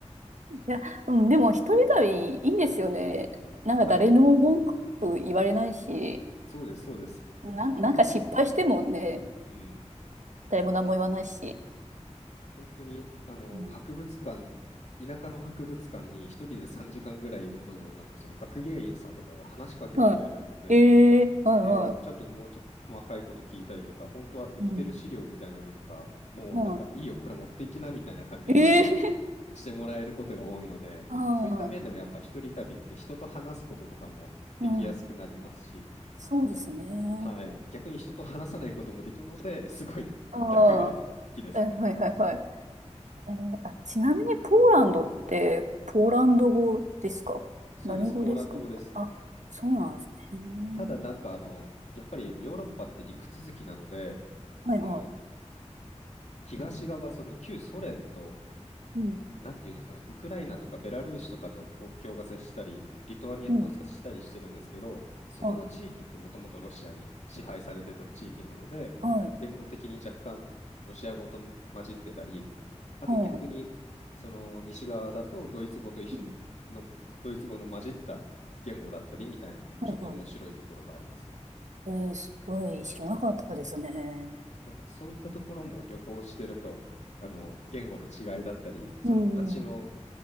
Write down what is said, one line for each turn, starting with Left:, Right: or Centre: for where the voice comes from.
Right: いや、うん、でも一人旅いいですよね。なんか誰にも文句言われないし、
Left: はい、そうです、そうです。
Right: なん、
Left: 博物館、
Right: なんか失敗してもね、
Left: うん、
Right: 誰も何も言わないし。
Left: 本当に、あの、
Right: うん、
Left: 博物館、田舎の博物館に一人で3時間ぐらいいると、なんかその学芸員さんとかが話しかけてくれるので、
Right: はい。ええはいは
Left: で、ちょっともうちょっと細かいこと聞いたりとか、本当は売ってる資料みたいなのとか、
Right: い。うん。
Left: もうなんかいいよ、
Right: は
Left: これ持っていきなみたいな感じで結構
Right: い。ええ <laughs>
Left: してもらえることが多いので、
Right: はい。
Left: そういった面でもやっぱ一人旅って人と話すこととかもできやすくなりますし、
Right: うん。そうですね。
Left: はい、逆に人と話さないこともできるので、すごい楽で好きですね。
Right: ああ、え、はいはいはい。えーあ、ちなみにポーランドって、ポーランド語ですか何語ですかあ、
Left: そうです、ポーランド語です。
Right: そうなんですね。
Left: ただなんかあの、やっぱりヨーロッパって陸続きなので、
Right: はいはい。
Left: その東側、その旧ソ連と
Right: うん、
Left: なんていうんですかね、ウクライナとかベラルーシとかと国境が接したり、リトアニアと接したりしてるんですけど、
Right: うん。
Left: そこの地域ってもともとロシアに支配されてた地域なので、
Right: はい、はい、
Left: 言語的に若干ロシア語と混じってたり、あと逆にその西側だとドイツ語と一緒にのドイツ語の混じった言語だったりみたいな、
Right: はい。うんはいはい。
Left: ちょっと面白いところがありますね。
Right: えー、すごい知らなかったですね。
Left: なんかそういったところも旅行してると、あの言語の違いだったり、その街の
Right: うん、うん。